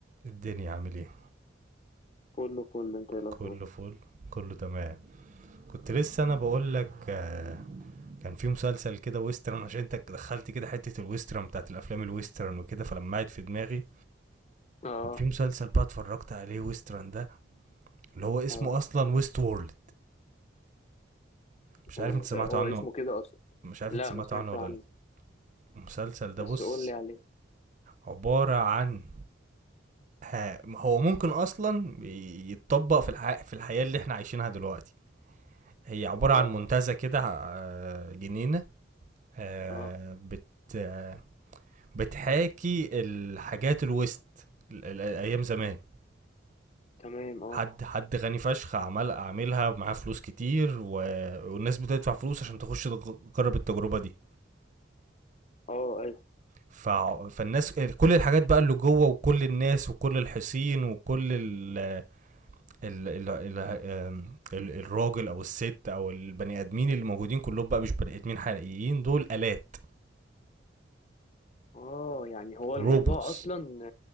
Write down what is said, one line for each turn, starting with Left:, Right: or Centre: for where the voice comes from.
Right: الدنيا عامل ايه
Left: كله فل انت ايه الاخبار
Right: كله فل كله تمام كنت لسه انا بقول لك آه، كان في مسلسل كده ويسترن عشان انت دخلت كده حته الويسترن بتاعت الافلام الويسترن وكده فلما قعد في دماغي
Left: اه
Right: كان في مسلسل بقى اتفرجت عليه ويسترن ده اللي هو اسمه
Left: اه
Right: اصلا ويست وورلد مش
Left: اوه
Right: عارف انت سمعت
Left: ده هو
Right: عنه
Left: اسمه كده اصلا
Right: مش عارف
Left: لا
Right: انت سمعت
Left: ما سمعتش
Right: عنه ولا
Left: عنه
Right: لا المسلسل ده
Left: بس
Right: بص
Left: قول لي عليه
Right: عباره عن آه، هو ممكن اصلا يتطبق في الح... في الحياه اللي احنا عايشينها دلوقتي هي عباره
Left: اه
Right: عن منتزه كده آه، جنينه آه
Left: اه
Right: بت آه بتحاكي الحاجات الويست ال- ال- ايام زمان
Left: تمام
Right: حد
Left: اه
Right: حد غني فشخ عمل عاملها ومعاه فلوس كتير و... والناس بتدفع فلوس عشان تخش تجرب التجربه دي
Left: اه ايوه
Right: ف... فالناس كل الحاجات بقى اللي جوه وكل الناس وكل الحصين وكل ال... ال... ال... ال... ال... الراجل او الست او البني ادمين اللي موجودين كلهم بقى مش بني ادمين حقيقيين دول الات
Left: اه يعني هو
Right: روبوتس
Left: الموضوع اصلا